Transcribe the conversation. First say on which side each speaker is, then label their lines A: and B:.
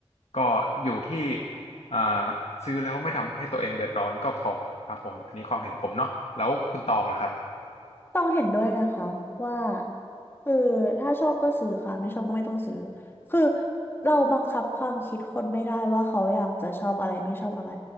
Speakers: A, on the left (about 85°); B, on the left (about 20°).
A: ก็อยู่ที่อ่าซื้อแล้วไม่ทำให้ตัวเองเดือดร้อนก็พอครับผมอันนี้ความเห็นผมเนาะแล้วคุณตองล่ะครับ
B: ต้องเห็นด้วยนะคะว่าคือถ้าชอบก็ซื้อค่ะไม่ชอบก็ไม่ต้องซื้อคือเราบังคับความคิดคนไม่ได้ว่าเขาอยากจะชอบอะไรไม่ชอบอะไร